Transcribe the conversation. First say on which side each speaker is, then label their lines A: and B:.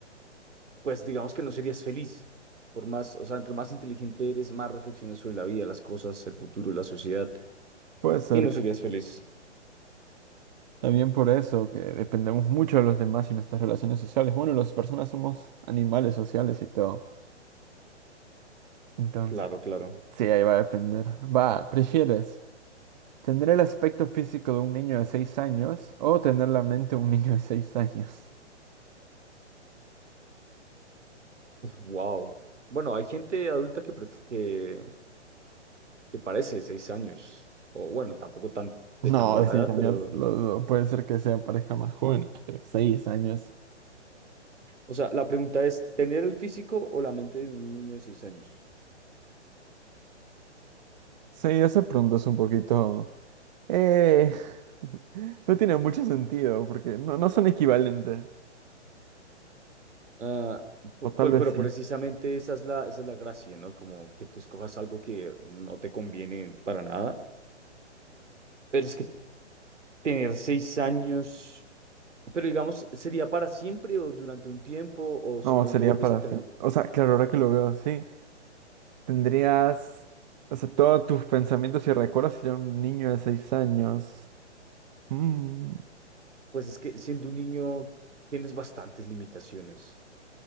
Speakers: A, on the right; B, on the right.
A: pues digamos que no serías feliz. Por más, o sea, entre más inteligente eres, más reflexionas sobre la vida, las cosas, el futuro, la sociedad.
B: Puede ser.
A: Y no serías feliz.
B: También por eso, que dependemos mucho de los demás y nuestras relaciones sociales. Bueno, las personas somos animales sociales y todo. Entonces,
A: Claro, claro.
B: sí, ahí va a depender. Va, ¿prefieres tener el aspecto físico de un niño de 6 años o tener la mente de un niño de seis años? <laughs>
A: wow. Bueno, hay gente adulta que, pref- que, que parece de seis años, o bueno, tampoco tan, de
B: No,
A: tan baja
B: de 6
A: edad,
B: años
A: pero,
B: lo dudo. Puede ser que sea parezca más joven, pero 6 años.
A: o sea, la pregunta es, ¿tener el físico o la mente de un niño de seis años?
B: Sí, ese pronto es un poquito... Eh, <laughs> no tiene mucho sentido porque no, no son equivalentes.
A: Ah, pu-
B: O tal
A: pu-
B: vez
A: pero
B: sí.
A: precisamente esa es la, esa es la gracia, ¿no? Como que tú escojas algo que no te conviene para nada. Pero es que tener seis años, pero digamos, ¿sería para siempre o durante un tiempo o
B: No,
A: simplemente
B: sería
A: vuelves
B: para
A: a tener?
B: siempre. O sea, claro, ahora que lo veo así, tendrías, o sea, todos tus pensamientos y recuerdos serían un niño de seis años. Mm,
A: Pues es que siendo un niño tienes bastantes limitaciones.